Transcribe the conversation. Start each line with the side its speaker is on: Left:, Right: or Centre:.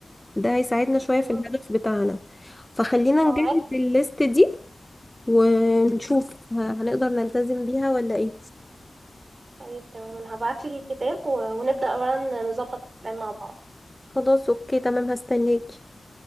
Centre: ده هيساعدنا شوية في
Right: يلا،
Centre: الهدف بتاعنا فخلينا نجهز
Right: أنا معاك
Centre: الليست دي ونشوف ه- هنقدر نلتزم بيها ولا ايه
Right: طيب تمام أنا هبعتلك الكتاب و- ونبدأ بقى نظبط البلان مع بعض
Centre: خلاص اوكي تمام هستناك